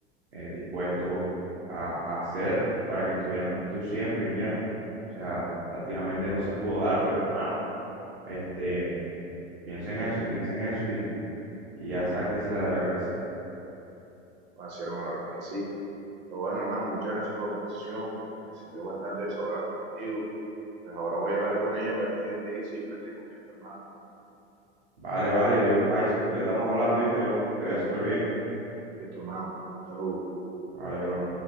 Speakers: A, on the right; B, on the right.
A: eh, dispuesto a, a hacer para que estuvieran juntos siempre. Y mira, o sea, prácticamente no se pudo dar, pero hermano, este, piensen eso, piensen eso y, y ya sáquensela de la cabeza.
B: No, así, hermano, la verdad es que sí. Pero bueno, hermano, muchas gracias por la conversación. Me sirvió bastante desahogarme contigo. Pues ahora voy a hablar con ella, a ver qué te dice y pues te comento, hermano.
A: Vale, vale, viejo Jason, entonces estamos hablando, ¿viste, bro? Te vea súper bien.
B: Listo, hermano. Un saludo.
A: Vale, bro.